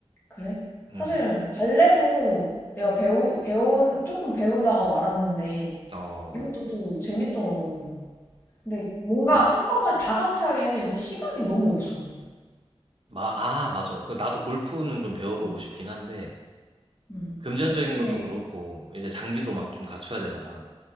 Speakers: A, on the left (about 20°); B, on the right (about 55°).
A: 그래?
B: 응,
A: 사실 발레도 내가 배우 배운 조금 배우다가 말았는데
B: 어,
A: 이것도 또 재밌더라고. 근데 뭔가
B: 응.
A: 한꺼번에 다 같이 하기에는 일단 시간이 너무 없어.
B: 마, 아, 맞아. 그, 나도 골프는 좀 배워보고
A: 응.
B: 싶긴 한데,
A: 응.
B: 금전적인
A: 어떻게?
B: 것도 그렇고, 이제 장비도 막 좀 갖춰야 되잖아.